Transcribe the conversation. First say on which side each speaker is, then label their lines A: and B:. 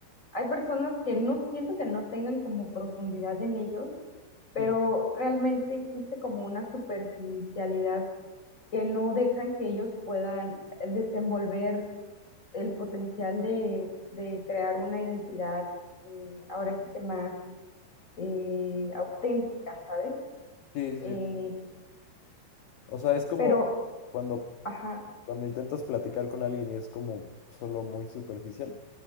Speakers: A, on the left; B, on the left.
A: hay personas que no siento que no tengan como profundidad en ellos, pero
B: Ujú.
A: realmente existe como una superficialidad que no dejan que ellos puedan desenvolver el potencial de, de crear una identidad eh, ahora sí que más eh, auténtica, ¿sabes?
B: Sí, sí.
A: Eh,
B: sí. O sea, es como
A: pero,
B: cuando
A: ajá,
B: Cuando intentas platicar con alguien y es como solo muy superficial,